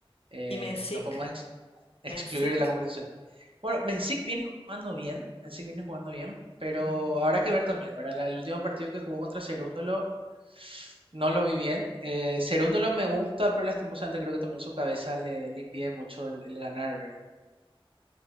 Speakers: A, on the right; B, on the left.
A: eh,
B: Y Mencic,
A: no podemos ex- excluir
B: Mencic,
A: de la conversación. Bueno, Mencic viene jugando bien, Mencic viene jugando bien, pero
B: mm,
A: habrá que ver también, ¿verdad? La- el último partido que jugó contra Cerúndolo no lo vi bien. Eh, Cerúndolo me gusta, pero lastimosamente creo que también su cabeza le, le impide mucho el, el ganar, ¿verdad?